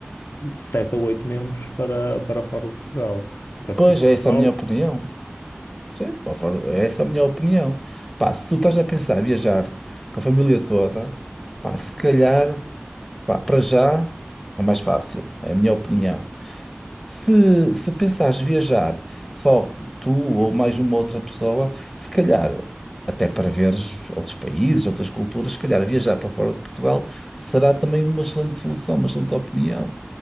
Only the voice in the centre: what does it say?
Pois
é, essa é a minha opinião. Sim, pá, fora- é essa é a minha opinião. Pá, se tu estás a pensar em viajar com a família toda, pá, se calhar, pá, para já é mais fácil, é a minha opinião. Se, se pensares viajar só tu ou mais uma outra pessoa, se calhar, até para veres outros países, outras culturas, se calhar viajar para fora de Portugal será também uma excelente solução, uma excelente opinião.